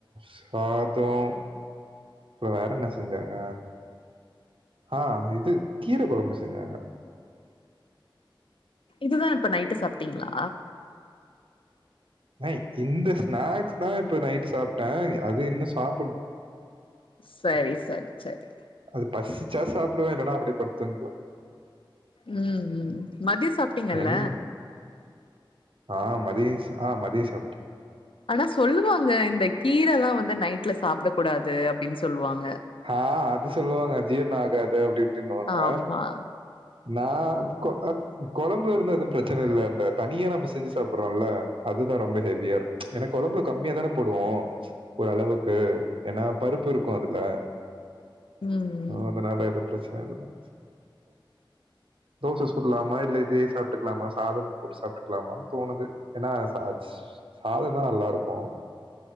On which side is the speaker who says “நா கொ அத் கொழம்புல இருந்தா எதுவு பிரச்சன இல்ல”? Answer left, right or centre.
Right